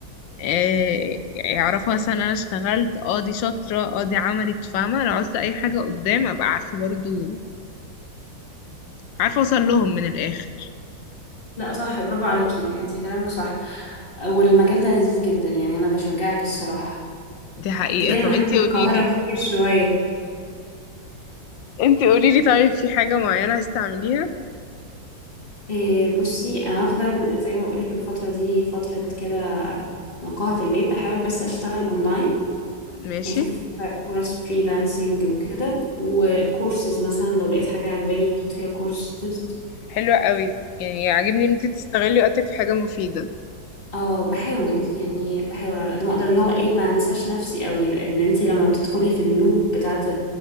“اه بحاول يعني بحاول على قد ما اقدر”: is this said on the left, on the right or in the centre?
Left